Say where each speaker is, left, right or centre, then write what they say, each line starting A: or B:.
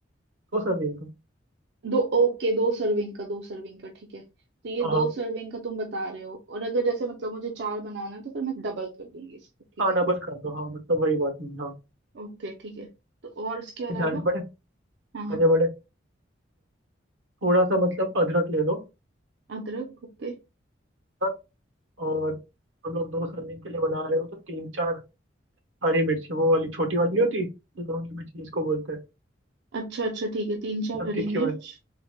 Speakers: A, on the right; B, on the right.
A: दो सर्विंग का
B: दो ओके दो सर्विंग का दो सर्विंग का ठीक है तो ये
A: हाँ
B: दो
A: हाँ
B: सर्विंग का तुम बता रहे हो और अगर जैसे मतलब मुझे चार बनाना है तो फिर मैं डबल कर दूंगी इसको ठीक
A: हाँ
B: है
A: डबल कर दो हाँ मतलब वही बात नहीं हाँ
B: ओके ठीक है तो और इसके अलावा
A: ठीक है, आगे बढ़े
B: हाँ हाँ
A: आगे बढ़े थोड़ा सा मतलब अदरक ले लो
B: अदरक ओके
A: अदरक, और हम लोग दो सर्विंग के लिए बना रहे हो तो तीन चार हरी मिर्ची वो वाली छोटी वाली नहीं होती लौंगी मिर्ची जिसको बोलते हैं
B: अच्छा अच्छा ठीक है तीन चार
A: एकदम
B: हरी
A: तीखी
B: मिर्च
A: वाली